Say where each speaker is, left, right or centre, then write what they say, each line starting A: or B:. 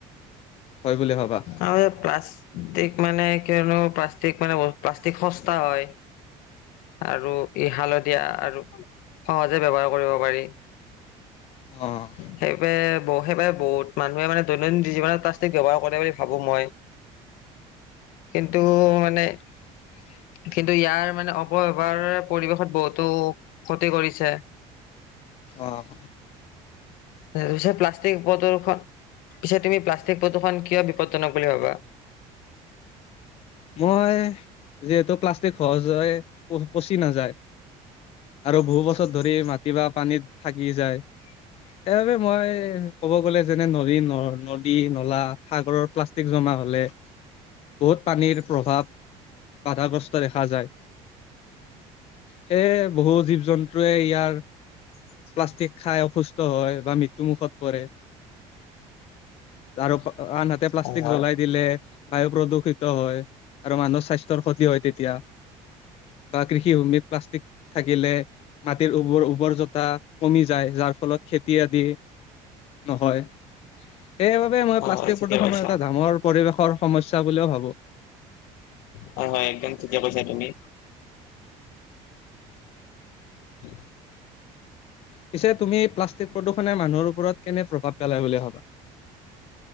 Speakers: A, on the left; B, on the left.
A: হয় বুলি ভাবা?
B: আৰু প্লাষ্ট্তিক মানে কনো মান প্লাষ্টিক সস্তা হয় আৰুালত দিয়া আৰু সহজে ব্য্ৱহাৰ কৰিব পাৰি
A: অ'।
B: সেইব বহ সেইব বহুত মানুহে মানে দৈনন্দিন জীৱনত প্লাষ্টিক ব্য্ৱহাৰ কৰে বুলি ভাবো মই কিন্তু মানে
A: উ
B: কিন্তু ইয়াৰ মানে অপবহাৰ পৰিৱেশত বহুতো ক্ষতি কৰিছে
A: আহ
B: তাৰ পি প্লাষ্টিক প্ৰদৰ্শন পিছে তুমি প্লাষ্ট থিক প্ৰদূষণ কিয় বিপদজনক বুলি ভাবা
A: মই যিহেতু প্লাষ্টিক সহজ হয় পচি নাযায় আৰু বহু বছৰ ধৰি মা কিবা পানীত থাকি যায় সেইবাবে মই ক'ব গ'লে যেনে নদী ন নদী নলা সাগৰৰ প্লাষ্টিক জমা হলে বহুত পানীৰ প্ৰভাৱ বাধাগ্ৰস্ত দেখা যায় সেে বহু জীৱ জন্তুৱে ইয়াৰ প্লাষ্টিক খাই অসুস্থ হয় বা মৃত্যু মুুখত পৰে আৰু আনহাতে প্লাষ্টিক
B: হয় হয়
A: জ্বলাই দিলে বায়ু প্ৰদূষিত হয় আৰু মানুহৰ স্বাস্থ্যৰ ক্ষতি হয় তেতিয়া বা কৃষি ভূমিত প্লাষ্টিক থাকিলে মাটিৰ উৰ উ্বৰ জতা কমি যায় যাৰ ফলত খেতি আদি নহয় সেইবাবে মই
B: অ
A: প্লাষ্টিক
B: ঠিকে
A: প্ৰদূষণৰ
B: কৈছা
A: এটা ডাামৰ পৰিৱেশৰ সমস্যা বুলিও ভাবো
B: হয় হয় একদম তেতিয়া পৈছা তুমি উম
A: পিছে তুমি প্লাষ্টিক প্ৰদূষণে মানুহৰ ওপৰত কেনে প্ৰভাৱ পেলায় বুলি ভবা